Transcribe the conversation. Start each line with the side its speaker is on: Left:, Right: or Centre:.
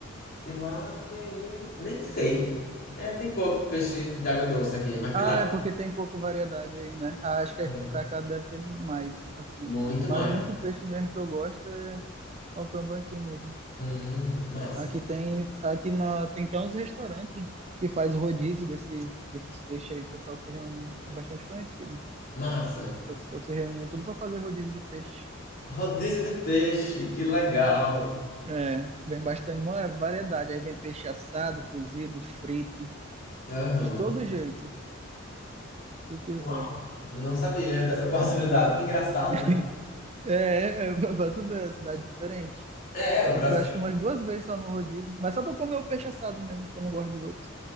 Left: Tilápia e. Nem sei. É, tem pouco peixe de água doce aqui, mas
Right: Ah,
Left: tilápia.
Right: é porque tem pouca variedade aí, né? Ah, acho que é-
Left: né?
Right: pra cá deve ter mais, assim.
Left: Muito
Right: Mas
Left: mais.
Right: o único peixe mesmo que eu gosto é o tambaqui mesmo.
Left: Hum, massa.
Right: Aqui tem, aqui na, tem até uns restaurantes que faz o rodízio desse, desses peixes aí. O pessoal se reúne, é bastante conhecido. O
Left: Massa.
Right: pessoal se reúne tudo para fazer rodízio de peixe.
Left: Rodízio de peixe, que legal.
Right: É, vem bastante, uma variedade. Aí vem peixe assado, cozido, frito,
Left: Aham.
Right: de todo jeito, se tu quiser.
Left: Uau. Não sabia dessa <laughs> possibilidade. Que engraçado,
Right: <laughs>
Left: né?
Right: É, é, <laughs> pra tu ver, é cidade diferente.
Left: É, o Brasil.
Right: Eu fui acho que umas duas vezes só no rodízio, mas só pra comer o peixe assado mesmo, que eu não gosto dos outros.